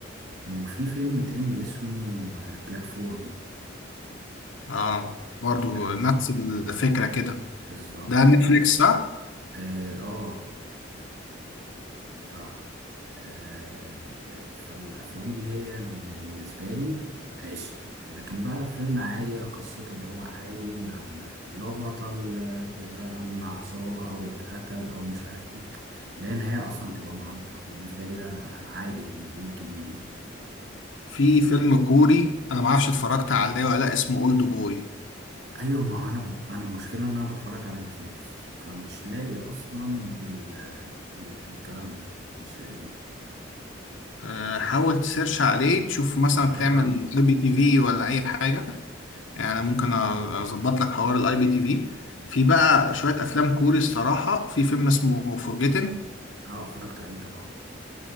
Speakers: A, on the right; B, on the left.
A: وفي فيلم تاني اسمه بلاتفورم
B: اه برضو
A: مش عارف
B: نفس الفكرة كده
A: بالظبط
B: ده نتفليكس صح؟
A: اه آه، صح آه آه، فالافلام دي هي اللي بالنسبه لي عشق لكن بقى فيلم عادي بقى قصته اللي هو عادي ما ما- اللي هو بطل آه، مع عصابه او اتقتل او مش عارف ايه لا النهايه اصلا تبقى معروفه بالنسبه لي ده عادي يعني ايه الجديد يعني
B: في فيلم كوري انا ما اعرفش اتفرجت عليه ولا لا اسمه اولد بوي
A: ايوه ما انا انا المشكله ان انا بتفرج على نتفليكس فمش لاقي اصلا ال ال الكلام ده مش لاقيه
B: آه، حاول تسيرش عليه تشوف
A: فمش
B: مثلا
A: عارف
B: تعمل
A: اعمل ايه
B: اي بي تي في ولا اي حاجه يعني ممكن أ- اظبط لك حوار الاي بي تي في في بقى شويه افلام كوري الصراحه في فيلم اسمه فورجيتن
A: اه اتفرجت عليه طبعا